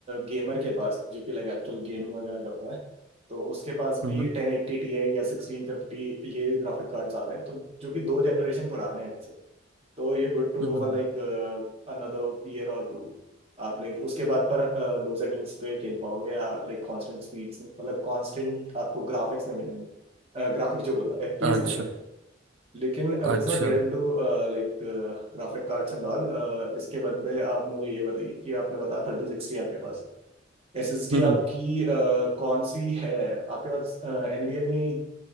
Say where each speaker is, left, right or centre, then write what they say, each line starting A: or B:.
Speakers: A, on the right; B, on the right.
A: गेमर के पास जो कि लाइक एक्चुअल गेमिंग वगैरह करता है तो उसके पास भी
B: हम्म
A: टेन एट्टी टी आई या सिक्सटीन फिफ्टी ये ग्राफिक कार्ड्स आ रहे हैं तो जो कि दो जनरेशन पुराने हैं तो you're good to
B: हम्म,
A: go
B: हम्म,
A: for like uh, another year or two. आप लाइक उसके बाद पर लो सेटिंग्स पे खेल पाओगे या लाइक कांस्टेंट स्पीड्स मतलब कांस्टेंट आपको ग्राफिक्स नहीं मिलेंगे ग्राफिक्स जो बोल रहा एफपीएस
B: अच्छा
A: नहीं मिलेंगे लेकिन
B: अच्छा
A: let's not get into like graphic cards and all इसके बदले आप मुझे ये बताइए कि आपने बताया थर्टी सिक्सटी आपके पास एसएसडी
B: हम्म
A: आपकी uh, कौन सी है आपके पास एनवीएमई